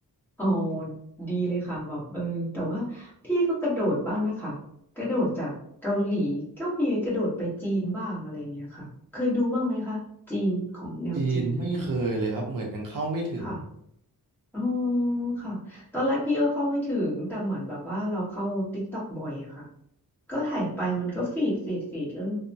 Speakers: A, in the centre; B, on the right.
A: โอ้ดีเลยค่ะแบบเออแต่ว่าพี่ก็กระโดดบ้างนะคะกระโดดจากเกาหลีก็มีกระโดดไปจีนบ้างอะไรเงี้ยค่ะเคยดูบ้างไหมคะจีนของแนวจีนอะไรเงี้ย
B: จีนไม่เคยเลยครับเหมือนยังเข้าไม่ถึง
A: ค่ะ อ๋อค่ะตอนแรกพี่ก็เข้าไม่ถึงแต่เหมือนแบบว่าเราเข้า TikTok บ่อยอะค่ะก็ถ่ายไปมันก็ฟีดฟีดฟีดเรื่อง